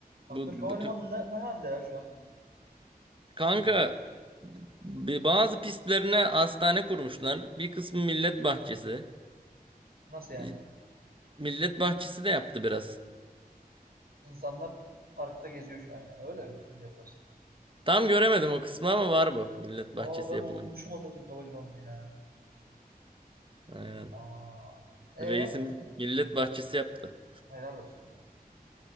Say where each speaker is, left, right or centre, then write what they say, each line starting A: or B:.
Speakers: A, on the right (about 75°); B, on the right (about 35°).
A: Atatürk
B: Bu, bu
A: Havalimanı
B: Türk-
A: ne, ne halde ya şu anda? Hiç
B: kanka
A: bilmiyorum.
B: b- bazı pistlerine hastane kurmuşlar. Bir kısmı millet bahçesi.
A: Nasıl yani?
B: E, Millet bahçesi de yaptı biraz.
A: İnsanlar parkta geziyor şu an yani. Öyle mi millet başta.
B: Tam göremedim o kısmı ama var bu. Millet
A: Aa
B: bahçesi
A: ben
B: yapayım.
A: unutmuşum Atatürk Havalimanı'nı ya.
B: Aynen.
A: Aa. E
B: Reisimiz millet bahçesi yaptı.
A: helal olsun ya.